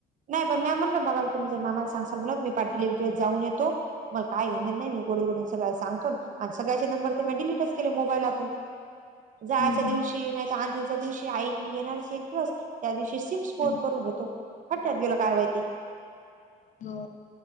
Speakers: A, on the right; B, on the left.
A: नाही पण मी म्हणल बाबा तुम्ही जर मामाला सांगाल म्हणत मी पाठील एक दिवस जाऊन येतो मला काय घे नाही. नाही मी गोड गुडून सगळला सांगतो आणि सगळ्याचे नंबर तर मी डलीटच केले मोबाईलातून जायच्या
B: हम्म
A: दिवशी नाहीत आंधीच्या दिवशी आई येणार एक दिवस त्या दिवशी सिम स्फोट
B: हम्म
A: करून घेतो हट्ट्यात गेल काय माहिती
B: हो.